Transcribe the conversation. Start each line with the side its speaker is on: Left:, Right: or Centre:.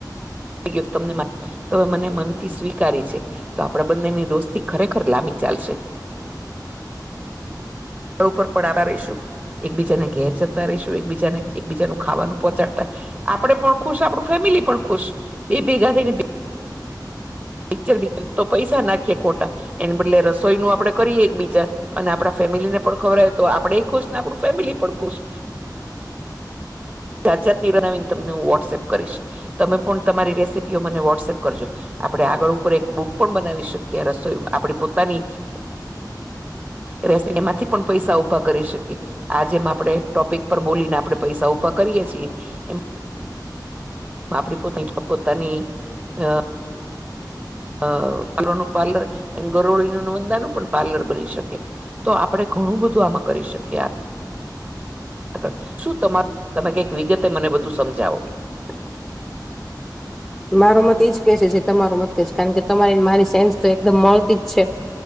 Right: ગયો કે તમને માર તમે મને મનથી સ્વીકારી છે. તો આપડા બંનેની દોસ્તી ખરેખર લાંબી ચાલશે. ઉપર પડાતા રહીશું, એકબીજાને ઘેર જતા રહીશું, એકબીજા એકબીજાનું ખાવાનું પહોંચાડતા આપડે પણ ખુશ આપણું ફેમિલી પણ ખુશ એ ભેગા થઈને પિક્ચર ભિક્ચર તો પૈસા નાખીએ ખોટા એને બદલે રસોઈ નું આપડે કરીએ એક બીજા અને આપણા ફેમિલી ને પણ ખબરાય તો આપડેય ખુશ ને આપણું ફેમિલી પણ ખુશ જાત જાતની બનાવીને તમને હું વોટ્સએપ કરીશ, તમે પણ તમારી રેસીપીઓ મને વોટ્સએપ કરજો. આપણે આગળ ઉપર એક બુક પણ બનાવી શકીએ, રસોઈ આપણે પોતાની
Centre: <unintelligible>
Right: રેસી એમાંથી પણ પૈસા ઊભા કરી શકીએ આજે એમ આપણેે ટોપિક પર બોલીને પૈસા ઉભા કરી શકી ઊંભા કરીએ એ છીએ એમ આપડે પોતે જ પોતાની અ અ <inaudible> પાર્લર એમ ગરોળીનું વંદાનું બની શકે. તો આપડે ઘણું બધું આમાં કરી શકીએ આ આગળ શું તમારુ તમે કંઈક વિગતે મને બધું સમજાવો.
Centre: <inaudible> મારો મત એજ કે છે જે તમારો મત કેશે કારણ કે તમારી મારી સેન્સ તો એકદમ મળતી જ છે.